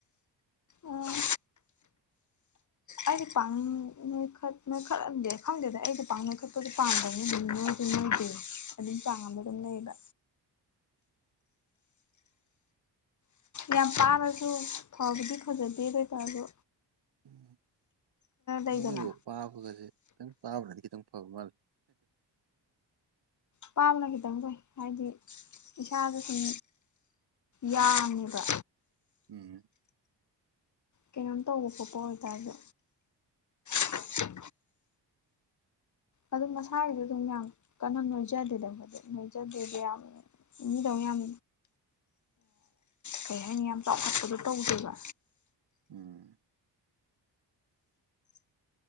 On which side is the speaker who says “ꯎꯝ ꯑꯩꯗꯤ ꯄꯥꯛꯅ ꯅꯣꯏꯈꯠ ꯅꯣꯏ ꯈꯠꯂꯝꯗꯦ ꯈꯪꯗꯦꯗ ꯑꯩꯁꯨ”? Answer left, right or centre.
Left